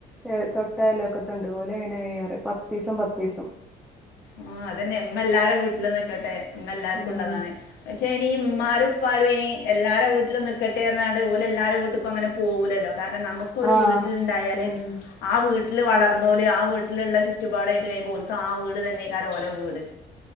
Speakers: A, in the centre; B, on the left.
A: ഏ തൊട്ട അയലൊക്കത്ത്ണ്ട് ഓല് എങ്ങനെയ്യാറ് പത്തീസം പത്തീസം
B: ആഹ് അതന്നെ മ്മ എല്ലാരെ വീട്ട്ലും നിക്കട്ടെ മ്മ എല്ലാർക്കുള്ളതാണ്.
A: ഉം
B: പഷെ ഇനി മ്മാരും പ്പാരും ഇനി എല്ലാരെ വ്ട്ട്ലും നിക്കട്ടെർഞ്ഞികാണ്ട് ഓലെല്ലൊരെ വ്ട്ട്ക്കും അങ്ങനെ പോവൂലല്ലോ. കാര്ണം നമു ക്കൊരു
A: ആഹ്
B: വീട്ട്ൽണ്ടായാല്
A: ഉം
B: ആ വീട്ട്ല് വളർന്നോല് ആ വീട്ട്ല്ള്ള ചുറ്റുപാടായിട്ട് കഴിയുമ്പോ ഓൽക്ക് ആ വീട് തന്നെയ്ക്കാരം ഓലെ വീട്.